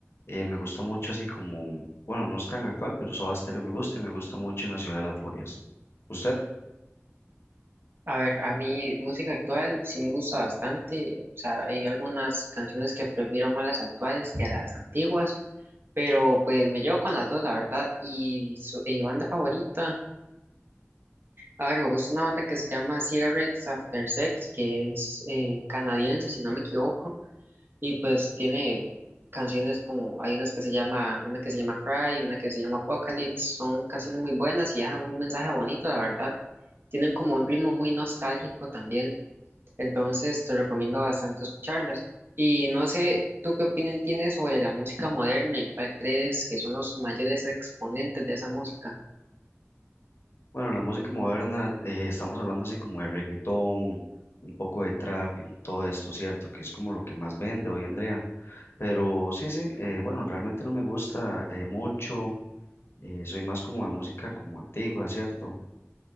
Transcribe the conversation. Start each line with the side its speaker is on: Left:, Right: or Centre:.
Left: eh, me gusta mucho así como, bueno, no es tan actual, pero Soda Stereo me gusta y me gusta mucho En la Ciudad de las Furias. Usted,
Right: A ver, a mí música actual sí me gusta bastante. O sea, hay algunas canciones que prefiero más las actuales que las antiguas, pero pues me llevo con las dos, la verdad. Y, su, y banda favorita, a ver, me gusta una banda que se llama Cigarettes After Sex, que es eh, canadiense, si no me equivoco. Y pues tiene canciones como, hay unas que se llama, una que se llama Cry, una que se llama Apocalypse, son canciones muy buenas y dejan un mensaje bonito, la verdad. Tienen como un ritmo muy nostálgico también, entonces te recomiendo bastante escucharlas. Y no sé, ¿tú qué opinión tienes sobre la música moderna y cuál crees que son los mayores exponentes de esa música?
Left: bueno, la música moderna, eh, estamos hablando así como de reggaetón, un poco de trap y todo esto, ¿cierto? Que es como lo que más vende hoy, Andrea. Pero sí, sí, eh, bueno, realmente no me gusta eh, mucho, eh, soy más como de música como antigua, ¿cierto?